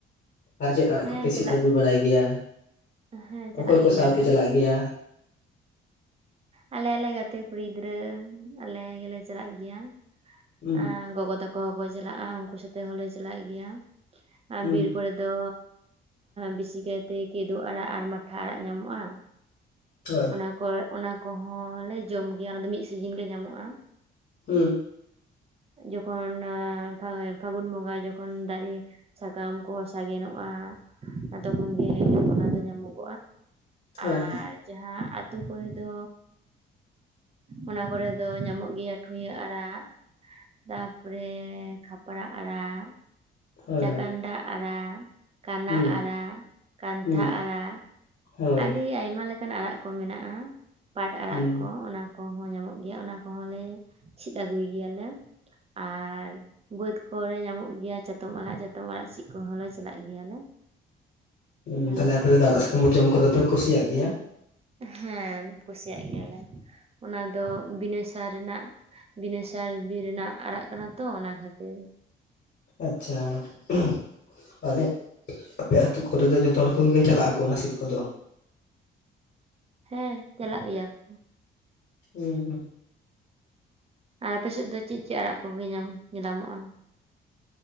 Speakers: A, on the left; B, on the right.
A: ᱟᱨ ᱪᱮᱫ ᱟᱲᱟᱜ
B: ᱦᱮᱸ
A: ᱠᱚᱯᱮ ᱥᱤᱫ
B: ᱪᱟᱞᱟᱜ
A: ᱟᱹᱜᱩ ᱵᱟᱲᱟᱭ ᱜᱮᱭᱟ
B: ᱦᱮᱸ ᱪᱟᱞᱟᱜ
A: ᱚᱠᱚᱭ ᱠᱚ
B: ᱜᱮᱭᱟᱞᱮ
A: ᱥᱟᱶᱯᱮ ᱪᱟᱞᱟᱜ ᱜᱮᱭᱟ
B: ᱟᱞᱮ ᱟᱞᱮ ᱜᱟᱛᱮ ᱠᱩᱲᱤ ᱜᱤᱫᱽᱨᱟᱹ ᱟᱞᱮ ᱜᱮᱞᱮ ᱪᱟᱞᱟᱜ ᱜᱮᱭᱟ
A: ᱦᱩᱸ
B: ᱟ ᱜᱚᱜᱚ ᱛᱟᱠᱚ <unintelligible> ᱠᱚ ᱪᱟᱞᱟᱜᱼᱟ ᱩᱱᱠᱩ ᱥᱟᱛᱮᱜ ᱦᱚᱞᱮ ᱪᱟᱞᱟᱜ ᱜᱮᱭᱟ ᱟᱨ
A: ᱦᱩᱸ
B: ᱵᱤᱨ ᱠᱚᱨᱮ ᱫᱚ ᱵᱮᱥᱤᱠᱟᱭᱛᱮ ᱠᱮᱫᱩ ᱟᱲᱟᱜ ᱟᱨ ᱢᱟᱴᱷᱟ ᱟᱲᱟᱜ ᱧᱟᱢᱚᱜᱼᱟ
A: ᱦᱳᱭ
B: ᱚᱱᱟ ᱠᱚ ᱚᱱᱟ ᱠᱚᱦᱚᱸ ᱞᱮ ᱡᱚᱢ ᱜᱮᱭᱟ ᱚᱱᱟ ᱫᱚ ᱢᱤᱫ ᱥᱤᱡᱤᱱ ᱜᱮ ᱧᱟᱢᱚᱜᱼᱟ
A: ᱦᱩᱸ
B: ᱡᱚᱠᱷᱚᱱ ᱯᱷᱟᱜᱩᱱ ᱵᱚᱸᱜᱟ ᱡᱚᱠᱷᱚᱱ ᱫᱟᱨᱮ ᱥᱟᱠᱟᱢ ᱠᱚᱦᱚᱸ ᱥᱟᱜᱮᱱᱚᱜᱼᱟ ᱟ ᱛᱚᱠᱷᱚᱱ ᱜᱮ ᱚᱱᱟ ᱫᱚ ᱧᱟᱢᱚᱜ
A: ᱦᱳᱭ
B: ᱟᱨ
A: ᱦᱳᱭ
B: ᱡᱟᱦᱟᱸ ᱟᱛᱳ ᱠᱚᱨᱮ ᱫᱚ ᱚᱱᱟ ᱠᱚᱨᱮ ᱫᱚ ᱧᱟᱢᱚᱜ ᱜᱮᱭᱟ ᱴᱷᱩᱭᱟᱹ ᱟᱲᱟᱜ ᱛᱟᱯᱚᱨᱮ ᱠᱷᱟᱯᱨᱟᱜ ᱟᱲᱟᱜ
A: ᱦᱳᱭ
B: ᱡᱟᱠᱟᱱᱰᱟ ᱟᱨᱟ ᱠᱟᱱᱟ
A: ᱦᱩᱸ
B: ᱟᱲᱟᱜ ᱠᱟᱱᱛᱷᱟ
A: ᱦᱩᱸ
B: ᱟᱨᱟᱜ
A: ᱦᱳᱭ
B: ᱟᱹᱰᱤ ᱟᱭᱢᱟ ᱞᱮᱠᱟᱱ ᱟᱲᱟᱜ ᱠᱚ ᱢᱮᱱᱟᱜᱼᱟ ᱯᱟᱴ ᱟᱲᱟᱜ
A: ᱦᱩᱸ
B: ᱠᱚ ᱚᱱᱟ ᱠᱚᱦᱚᱸ ᱧᱟᱢᱚᱜ ᱜᱮᱭᱟ ᱚᱱᱟ ᱠᱚᱦᱚᱸ ᱞᱮ ᱪᱤᱫ ᱟᱹᱜᱩᱭ ᱜᱮᱭᱟᱞᱮ ᱟᱨ ᱵᱟᱹᱫᱽ ᱠᱚᱞᱮ ᱧᱟᱢᱚᱜ ᱜᱮᱭᱟ ᱪᱟᱛᱚᱢ ᱟᱲᱟᱜ ᱪᱟᱛᱚᱢ ᱟᱲᱟᱜ ᱥᱤᱫ ᱠᱚᱦᱚᱸᱞᱮ ᱪᱟᱞᱟᱜ ᱜᱮᱭᱟᱞᱮ
A: ᱦᱩᱸ
B: ᱦᱮᱸ
A: ᱛᱟᱦᱮ ᱟᱯᱮ ᱫᱚ ᱫᱲᱟᱜ ᱥᱟᱠᱟᱢ ᱠᱚ ᱡᱚᱢ ᱠᱚᱫᱚ ᱯᱮ ᱠᱩᱥᱤᱭᱟᱜ ᱜᱮᱭᱟ
B: ᱦᱮᱸ ᱠᱩᱥᱤᱭᱟᱜ ᱜᱮᱭᱟᱞᱮ ᱚᱱᱟ ᱫᱚ ᱵᱤᱱᱚᱭ ᱥᱟᱨ ᱨᱮᱱᱟᱜ ᱵᱤᱱᱟᱹ ᱥᱟᱨ ᱵᱤᱨ ᱨᱮᱱᱟᱜ ᱟᱲᱟᱜ ᱠᱟᱱᱟ ᱛᱚ ᱚᱱᱟ ᱠᱷᱟᱹᱛᱤᱨ᱾
A: ᱟᱪᱷᱟ <unintelligible> ᱟᱞᱮ ᱟᱯᱮ ᱟᱛᱩ ᱠᱚᱨᱮ ᱫᱚ ᱡᱚᱛᱚ ᱦᱚᱲ ᱠᱚᱜᱮ ᱪᱟᱞᱟᱜ ᱟᱠᱚ ᱚᱱᱟᱥᱤᱨ ᱠᱚᱫᱚ
B: ᱦᱮᱸ ᱪᱟᱞᱟᱜ ᱜᱮᱭᱟ ᱠᱚ
A: ᱦᱩᱸ ᱦᱩᱸ
B: ᱟᱸ ᱟᱯᱮᱥᱮᱫ ᱫᱚ ᱪᱮᱫ ᱪᱮᱫ ᱟᱲᱟᱜ ᱠᱚᱜᱮ ᱧᱟᱢ ᱧᱮ ᱧᱟᱢᱚᱜᱼᱟ᱾